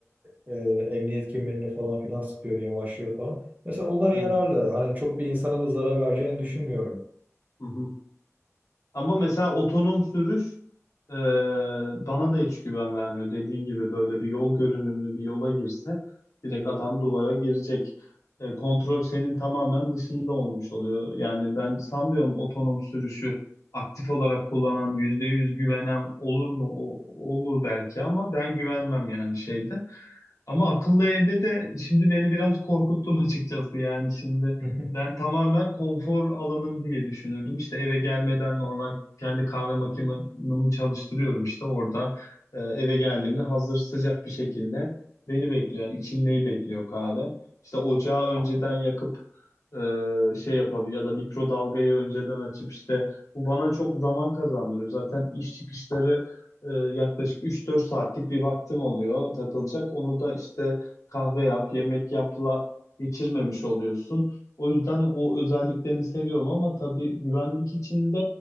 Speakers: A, on the right; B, on the left.
A: e, e, emniyet kemerini falan filan sıkıyor yavaşlıyor falan. Mesela onlar
B: Evet.
A: yararlı. Hani çok bir insana da zarar vereceğini düşünmüyorum.
B: Hı hı. Ama mesela otonom sürüş e, bana da hiç güven vermiyor. Dediğin gibi böyle bir yol görünümlü bir yola girse direkt adam duvara girecek. E, kontrol senin tamamen dışında olmuş oluyor. Yani ben sanmıyorum otonom sürüşü aktif olarak kullanan, %100 güvenen olur mu? O- olur belki ama ben güvenmem yani şeyde. Ama akıllı evde de şimdi beni biraz korkuttun <laughs> açıkçası. Yani şimdi
A: <laughs>
B: ben tamamen konfor alanım diye düşünürdüm. İşte eve gelmeden normal kendi kahve makinemi çalıştırıyorum işte orada. e, eve geldiğimde hazır sıcak bir şekilde beni bekliyor. Yani içilmeyi bekliyor kahve. İşte ocağı önceden yakıp e, şey yapabiliyor ya da mikrodalgayı önceden açıp işte bu bana çok zaman kazandırıyor. Zaten iş çıkışları e, yaklaşık üç dört saatlik bir vaktim oluyor takılacak. Onu da işte kahve yap, yemek yapla geçirmemiş oluyorsun. O yüzden o özelliklerini seviyorum ama tabii güvenlik içinde